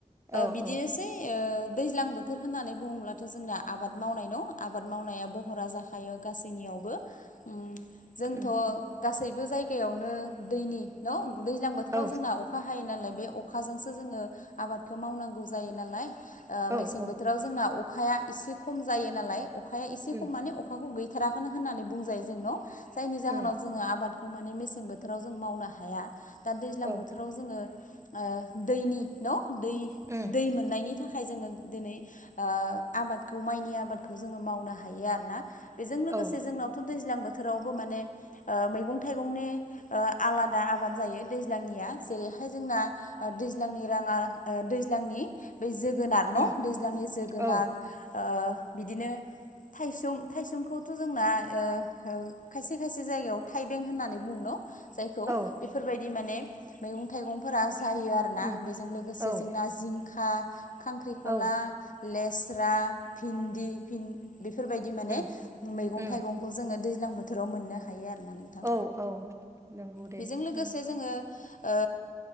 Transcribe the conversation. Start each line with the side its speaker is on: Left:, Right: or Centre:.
Right: औ
Left: बिदिनोसै
Right: औ
Left: हैओ दैज्लां बोथोर होननानै बुङोब्लाथ' जोंना आबाद मावनाय न आबाद मावनाया बहरा जाखायो गासैनियावबो उ जोंथ'।
Right: उम
Left: गासैबो जायगायावनो दैनि न' दैज्लां बोथोराव
Right: औ
Left: जोंना अ अखा हायो नालाय बे अखाजोंसो जोंङो आबादखौ मावनांगौ जायो नालाय ओ
Right: औ
Left: मेसें
Right: औ
Left: बोथोराव। जोंना अखाया एसे खम जायोनालाय अखाया एसे
Right: उम
Left: खम माने अखाखौ गै थाराखोनो होननानै बुजायोजों न' जायनि जाहोनाव
Right: उम
Left: जोंङो आबादखौ। मेसें बोथोराव जों मावनो हाया दा दैज्लां
Right: औ
Left: बोथोराव। जोंङो ओ दैनि न दै
Right: उम
Left: दैमोननानि। थाखाय जोंङो दिनै ओ आबादखौ माइनि आबादखौ जोंङो मावनो हायो आरो ना। बेजों लोगोसे
Right: औ
Left: जोंनावथ' दैज्लां बोथोरावबो माने मैगं थाइगंनि। ओ आलादा आबाद जायो दैज्लांनिया जेरैहाय जोंना। ओ दैज्लांनि रांङा ओ दैज्लांनि। बै जोगोनार न'
Right: उम
Left: दैज्लांनि जोगोनार
Right: औ
Left: ओ बिदिनो। थायसुम थायसुमखौथ' जोंना ओ हो खायसे खायसे जायगायाव थायबें। थायबें होना बुंङो न जायखौ
Right: औ
Left: बेफोरबायदिमाने मैगं थायगफोरा जायो ओरो। आरोना
Right: उम
Left: बेजों लोगोसे
Right: औ
Left: जोंना जिंखा, खांख्रिखला
Right: औ
Left: लेस्रा भिन्दि भिन बेफोरबायदि माने।
Right: उम
Left: मैगं
Right: उम
Left: थाइगंखौ जोंङो दैज्लां बोथोराव मोननो हायो आरो नो।
Right: औ औ नंगौ दे
Left: बेजों लोगोसे
Right: उम
Left: जोंङो। ओ